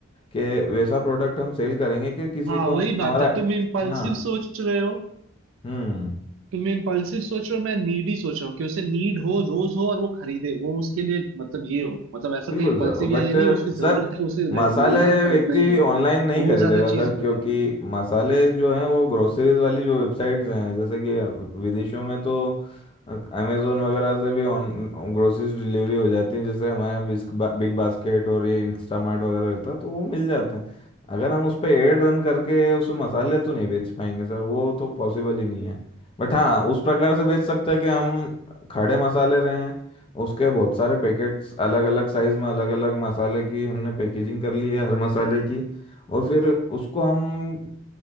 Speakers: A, on the left (about 25°); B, on the right (about 70°).
A: कि वैसा प्रोडक्ट हम सेल करेंगे कि किसी
B: हाँ
A: को
B: वही
A: हम
B: बात
A: हमारा
B: है तुम इम्पल्सिव
A: हाँ
B: सोच रहे हो
A: हम्म
B: तुम इम्पल्सिव सोच रहे हो मैं नीडी सोच रहा हूँ कि उसे नीड हो रोज हो और वो खरीदे वो उसके लिए मतलब ये हो मतलब ऐसा
A: बिल्कुल
B: कोई इम्पल्सिव
A: सर बट
B: या ये नहीं उसकी
A: सर
B: जरूरत है उसे
A: मसाले
B: रह- लेना खरीदना
A: व्यक्ति
B: ही है
A: ऑनलाइन नहीं
B: वो
A: खरीदेगा
B: ज्यादा
A: सर
B: चीज बेटर
A: क्योंकि मसाले जो हैं वो ग्रोसरीज वाली जो वेबसाइट्स हैं जैसे कि विदेशों में तो अमेजोन वगैरह से भी ऑन ग्रोसरीज डिलीवरी हो जाती है जैसे हमारे यहाँ बिस्क बा, बिग बास्केट और ये इंस्टामार्ट वगैरह रहता है तो वो मिल जाते हैं अगर हम उस पर एड रन करके उस मसाले तो नहीं बेच पाएंगे सर वो तो पॉसिबल ही नहीं है बट हाँ उस प्रकार से बेच सकते हैं कि हम खड़े मसाले रहें उसके बहुत सारे पैकेट्स अलग अलग साइज में अलग अलग मसाले की हमने पैकेजिंग कर ली है हर मसाले की और फिर उसको हम